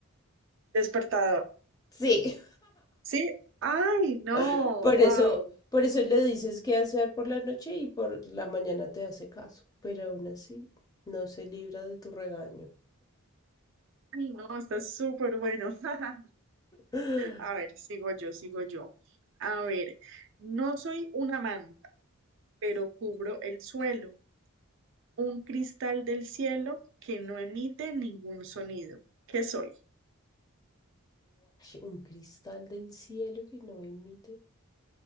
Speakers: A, on the right (about 55°); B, on the left (about 15°).
A: Despertador.
B: Sí,
A: Sí, ay, no,
B: <laughs> por
A: wow.
B: eso, por eso le dices qué hacer por la noche y por la mañana te hace caso, pero aún así no se libra de tu regaño.
A: Ay, no, está súper bueno. <laughs>
B: Guash,
A: A ver, sigo yo, sigo yo. A ver, no soy una manta, pero cubro el suelo, un cristal del cielo que no emite ningún sonido. ¿Qué soy?
B: un cristal del cielo que no emite